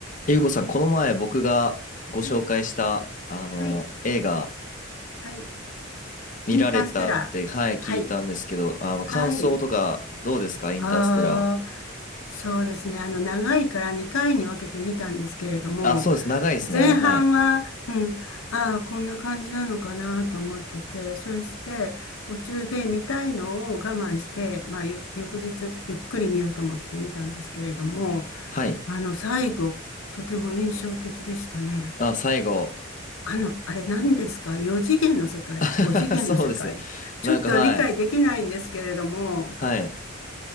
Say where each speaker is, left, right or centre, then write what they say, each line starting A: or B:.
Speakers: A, on the left; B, on the left.
A: ゆうこさん、この前僕がご紹介した、
B: はい。
A: あの、
B: はい。
A: 映画
B: はい。
A: 見られたって、
B: インターステラー。
A: はい、
B: はい。
A: 聞いたんですけど、あの、
B: はい。
A: 感想とかどうですかインターステラー。
B: ああ、そうですね。あの、長いから2回に分けてみたんですけれども、
A: あ、そうです。長いですね、
B: 前半は、
A: あれ。はい。
B: うん、ああ、こんな感じなのかなと思ってて、そして、途中で見たいのを我慢して、まあ、よ翌日、ゆっくり見ようと思って見たんですけれども、
A: はい。
B: あの、最後、とても印象的でしたね。
A: あ、最後。
B: あの、あれ何ですか ?4 次元の世界
A: <laughs>
B: ?5 次元の世界ちょっと理解できないんですけれども、
A: そうですね。なんか、はい。はい。